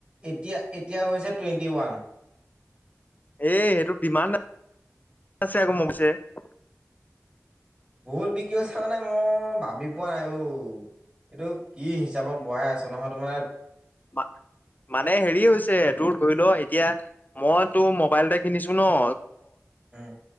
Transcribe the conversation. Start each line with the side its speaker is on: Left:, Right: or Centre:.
Right: এতিয়া এতিয়া হৈছে টুৱেণ্টি ওৱান।
Left: এ', এইটোত ডিমান্ড আছে আকৌ <inaudible>
Right: বহুত বিক্ৰী হৈছে মানে, মই ভাবি পোৱা নাই অ'। এইটো কি হিচাপত বঢ়াই আছো নহয় তোমাৰ
Left: মা- মানে হেৰি হৈছে তোৰ ধৰিল এতিয়া মই তোৰ মোবাইল এটা কিনিছো ন <inaudible>
Right: উম,